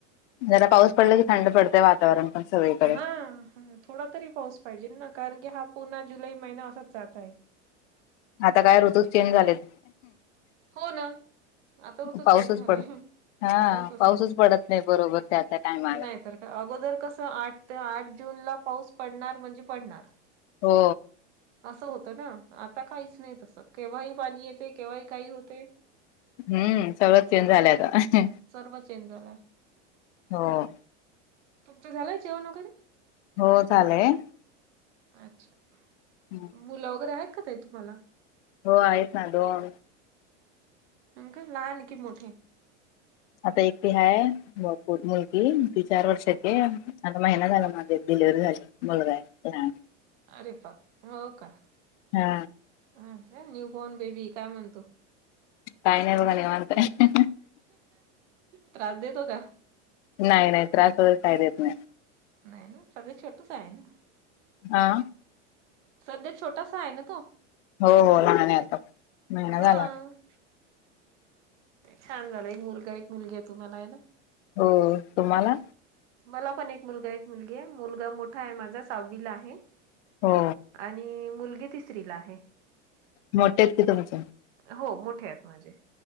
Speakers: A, on the left; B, on the right.
A: जरा पाऊस पडला की थंड पडतंय वातावरण पण सगळीकडे.
B: हा हा थोडा तरी पाऊस पाहिजे ना कारण की हा पुन्हा जुलै महिना असाच जात आहे.
A: आता काय ऋतू चेंज झालेत.
B: हो ना, आता ऋतूच
A: पाऊसच
B: चेंज झालेय
A: पड हा
B: पाऊसच नाही.
A: पडत नाही बरोबर त्या त्या टायमाला.
B: नाही तर अगोदर कसं आठ ते आठ जून ला पाऊस पडणार म्हणजे पडणार.
A: हो.
B: असं होतं ना. आता काहीच नाही तसं केव्हाही पाणी येते. केव्हाही काही होते.
A: हम्म सगळं चेंज झालय
B: ह ना
A: आता.
B: सर्व चेंज झालाय.
A: हो.
B: तुमचं झालंय जेवण वगैरे.
A: हो झालंय.
B: अच्छा
A: ह
B: मुलं वगैरे आहेत काय ताई तुम्हाला?
A: हो आहेत ना दोन
B: का लहान आहे की मोठे
A: आता एकटी हाय मुलगी ती चार वर्षाची आता महिना झाला माझे डिलिव्हरी झाली. मुलगा हाय हम्म.
B: अरे प हो का
A: हा
B: ह न्यू बोन बेबी काय म्हणतो.
A: काही नाही बघा निवांत आहे.
B: त्रास देतो का?
A: नाही नाही त्रास वगैरे काही देत नाही
B: नाही ना सगळं छोटच आहे ना
A: हा.
B: सध्या छोटासा आहे ना तो
A: हो हो लहान आहे आता महिना
B: हा.
A: झाला
B: छान झालं एक मुलगा एक मुलगी आहे तुम्हाला आहे ना.
A: हो तुम्हाला?
B: मला पण एक मुलगा एक मुलगी आहे. मुलगा मोठा आहे माझा सहावीला आहे.
A: हो.
B: आणि मुलगी तिसरीला आहे.
A: <unintelligible>
B: हो मोठे आहेत माझे.